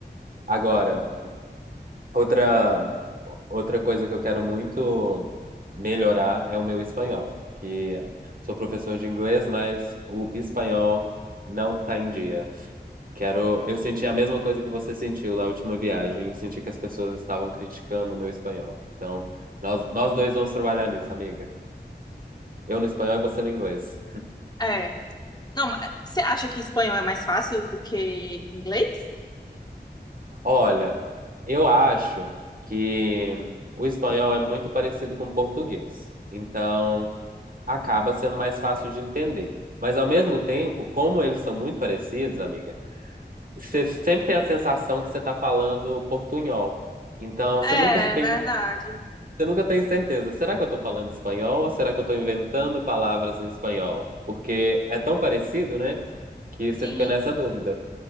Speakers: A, on the right; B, on the left.
A: agora, outra, outra coisa que eu quero muito melhorar é o meu espanhol, que sou professor de inglês, mas o espanhol não tá em dia. Quero. Eu senti a mesma coisa que você sentiu da última viagem. Eu senti que as pessoas estavam criticando o meu espanhol. Então, nós, nós dois vamos trabalhar nisso, amiga. Eu no espanhol e você no inglês.
B: é. Não, mas você acha que espanhol é mais fácil do que inglês?
A: Olha, eu acho que o espanhol é muito parecido com o português. Então, acaba sendo mais fácil de entender. Mas, ao mesmo tempo, como eles são muito parecidos, amiga, você sempre tem a sensação que você está falando portunhol. Então, você
B: É,
A: nunca <laughs> tem
B: verdade.
A: Eu nunca tenho certeza. Será que eu tô falando espanhol ou será que eu tô inventando palavras em espanhol? Porque é tão parecido, né? Que você
B: Sim,
A: fica nessa dúvida.